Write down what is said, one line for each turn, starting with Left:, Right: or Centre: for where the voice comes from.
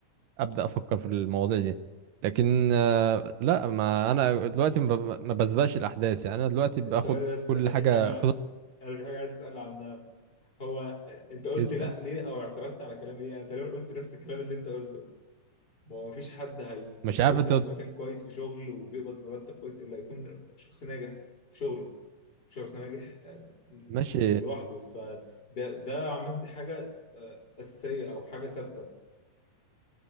Right: ابدا افكر في المواضيع دي لكن آه، لا ما انا دلوقتي ما ب- ما بسبقش الاحداث يعني انا دلوقتي باخد
Left: ثواني بس
Right: كل
Left: انا
Right: حاجة
Left: في حاجه
Right: خطوة
Left: انا في حاجه عايز اسال عنها هو آه، انت قلت
Right: اسال
Left: لا ليه او اعترضت على كلامي ليه انا تقريبا قلت نفس الكلام اللي انت قلته ما هو مفيش حد هي...
Right: مش عارف
Left: هيوصل
Right: انت قلت-
Left: لمكان كويس في شغل وبيقبض مرتب كويس الا يكون شخص ناجح في شغله شخص ناجح آه،
Right: ماشي
Left: لوحده فده ده عامة دي حاجة آه، أساسية أو حاجة ثابتة